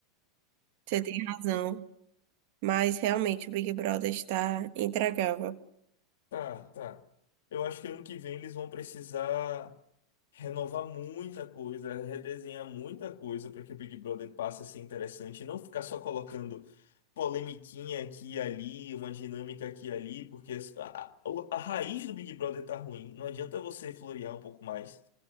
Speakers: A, on the right; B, on the left.
A: Você tem razão. Mas realmente o Big Brother está intragável.
B: Tá, tá. Eu acho que ano que vem eles vão precisar renovar muita coisa, redesenhar muita coisa para que o Big Brother passe a ser interessante e não ficar só colocando polemiquinha aqui e ali, uma dinâmica aqui e ali, porque a, a- a raiz do Big Brother tá ruim. Não adianta você florear um pouco mais.